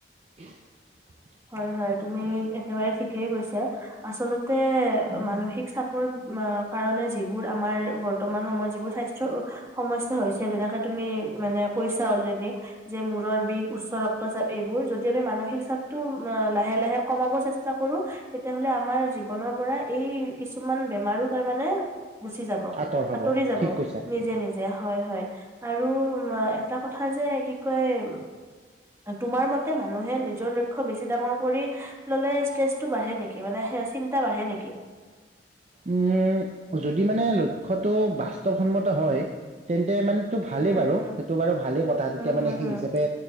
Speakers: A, on the right; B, on the right.
A: <unintelligible>
B: হয়, হয় তুমি একেবাৰে ঠিকেই কৈছা। আচলতে মানসিক চাপৰ কাৰণে যিবোৰ আমাৰ বৰ্তমান সময়ত যিবোৰ স্বাস্থ্যৰ সমস্যা হৈছে, যেনেকে তুমি মানে কৈছা অলৰেডি। যে মূৰৰ বিষ, উচ্চ ৰক্ তচা এইবোৰ, যদি আমি মানসিক চাপ তো লাহে লাহে কমাব চেষ্টা কৰো, তেতিয়াহলে আমাৰ জীৱনৰ পৰা এই কিছুমান বেমাৰো তাৰমানে- গুচি যাব,
A: আঁতৰ হ'ব
B: আঁতৰি যাব
A: ঠিক কৈছা।
B: নিজে, নিজে হয়, হয়। আৰু এটা কথা যে, কি কয় তোমাৰ মতে মানুহে নিজৰ লক্ ক্ষ বেছি ডাঙৰ কৰি ললে ষ্ট্ৰেচটো বাঢ়ে নেকি? মানে চিন্তা বাঢ়ে নেকি?
A: উম' যদি মানে লক্ষ্যটো বাস্তৱসন্মত হয় তেন্তে মানেটো ভালেই
B: উম,
A: বাৰু
B: উম।
A: সেইটো বাৰু ভালেই কথা তেতিয়া
B: উম, উম,
A: মানে সেই
B: উম,
A: হিচাপে